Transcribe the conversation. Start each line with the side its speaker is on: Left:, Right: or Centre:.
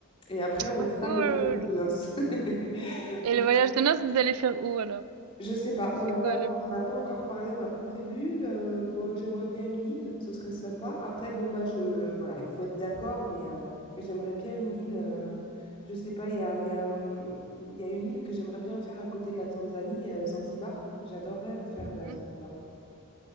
Left: Et après, on
Right: Oh, cool!
Left: fera le voyage de noces. <laughs>
Right: Et le voyage de noces, vous allez faire où alors?
Left: Je sais pas,
Right: C'est
Left: on n'a
Right: quoi
Left: pas,
Right: le...
Left: on n'a pas encore parlé, on n'a pas prévu. Euh, bon, j'aimerais bien une île, ce serait sympa. Après, bon, bah, je, voilà, il faut être d'accord, mais, euh, mais j'aimerais bien une île. euh, je sais pas, il y a, il y a, hum, il y a une île que j'aimerais bien faire à côté de la Tanzanie, euh, Zanzibar. J'adorerais faire de la
Right: Hmm?
Left: Zanzibar,